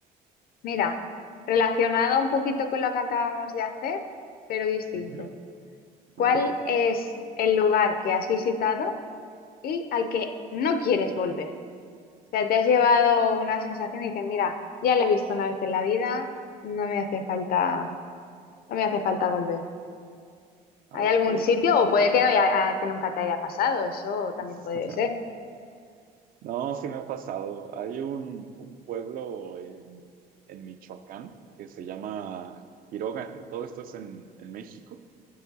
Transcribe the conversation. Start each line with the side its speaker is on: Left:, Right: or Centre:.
Left: Mira, relacionada un poquito con lo que acabamos de hacer, pero distinto.
Right: Ujú.
Left: ¿Cuál
Right: A ver,
Left: es el lugar que has visitado y al que no quieres volver? O sea, te has llevado una sensación y dices, mira, ya lo he visto una vez en la vida, no me hace falta, no me hace falta volver.
Right: ah,
Left: ¿Hay
Right: ok.
Left: algún sitio? O puede que no haya- que nunca te haya pasado, eso
Right: <laughs>
Left: también puede ser.
Right: No, sí me ha pasado. Hay un, un pueblo en, en Michoacán que se llama Quiroga. Todo esto es en, en México.